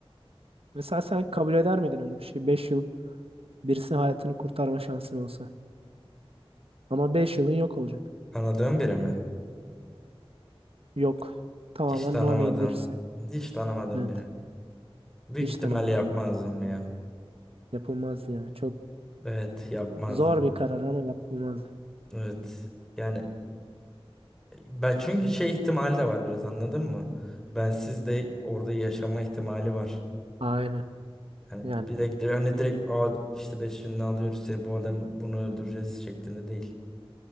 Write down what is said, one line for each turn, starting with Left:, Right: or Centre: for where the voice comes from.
Right: Mesela sen kabul eder miydin öyle bir şey? beş yıl Birisinin hayatını kurtarma şansın olsa. Ama 5 yılın yok olacak.
Centre: Tanıdığın biri mi?
Right: Yok. Tamamen
Centre: Hiç tanımadım.
Right: no name birisi.
Centre: Hiç tanımadığım
Right: Evet.
Centre: biri. Büyük
Right: Hiç
Centre: ihtimalle
Right: tanımadım
Centre: yapmazdım
Right: ya.
Centre: ya.
Right: Yapılmaz ya. Çok
Centre: Evet yapmazdım.
Right: zor bir karar ama yapılmaz.
Centre: Evet. Yani ben çünkü şey ihtimali de var biraz anladın mı? Bensiz de orada yaşama ihtimali var.
Right: Aynen.
Centre: Hani
Right: Yani
Centre: direkt hani direkt Aa, işte 5 yılını alıyoruz seni bu adamı bunu öldüreceğiz şeklinde değil.